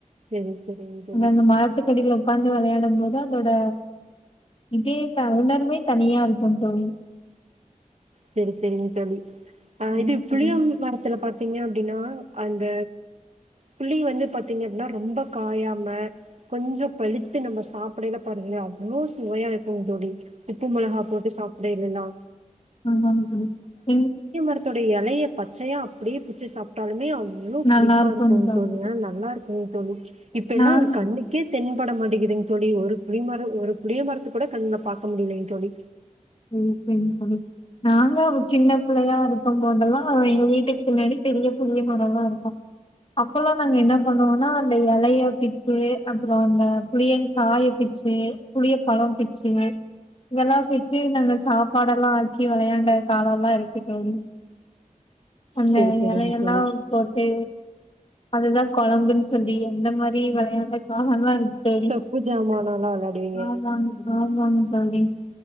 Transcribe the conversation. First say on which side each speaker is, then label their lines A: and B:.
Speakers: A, on the right (about 55°); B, on the left (about 45°).
A: சரி சரிங்க தோழி.
B: அந் அந்த மரத்துக்கடில உட்காந்து விளையாடும் போது அதோட இதே உணர்வே தனியா இருக்கும் தோழி
A: சேரி சேரிங் தோழி ஆ
B: ம்
A: இது புளியம்
B: அது
A: மரத்துல பாத்த பாத்தீங்க அப்டினா அந்த புளி வந்து பாத்தீங்க அப்டினா ரொம்ப காயாம கொஞ்சோ பழுத்து நம்ம சாப்டயில பாருங்கா அவ்வளோ சுவையா இருக்கும் தோழி உப்பு மிளகா போட்டு சாப்டயில லா
B: ஆமாங் தோழி நீங்
A: இலய பச்சைய அப்டியே பிச்சு சாப்பிட்டாலுமே அவ் எவ்ளோ புளிப்பா
B: நல்லா இருக்கும்ங்க
A: இருக்குங்கு
B: சகோதரி
A: தோழி ஆன நல்லா இருக்கு ம் தோழி இப்ப எல்லா
B: நான்
A: அது கண்ணுக்கே தென்பட மாட்டாங்குது தோழி ஒரு புளி மர ஒரு புளிய மரத்த கூட கண்ல பாக்க முடியலைங்க தோழி
B: ம் சேரிங்க தோழி நாங்களு சின்ன பிள்ளையா இருக் இருக்கு போதல்ல எங்க வீட்டுக்கு பின்னாடி பெரிய புளிய மாரோல்ள இருக்கு அப்போல்லா நாங்க என்ன பண்ணுவோனா அந்த இலைய பிச்சு அப்புற அந்த புளியங்காய பிச்சு புளிய பழம் பிச்சு இதெல்லா பிச்சு பிச்சு நாங்க சாப்பாடெல்லா ஆக்கி விளையாண்ட காலயேல்லா இருக்கு தோழி அங்க
A: சரி, சரிங்க
B: இலையெல்லா
A: தோழி.
B: போட்டு அதுதா குழம்புன்னு சொல்லி அந்த மாரி விளையாண்ட கால்லா இருக்கு தோழி
A: தொப்பு ஜாமானலாம் விளையாடுவீங்க
B: ஆமாங்க ஆமாங்க தோழி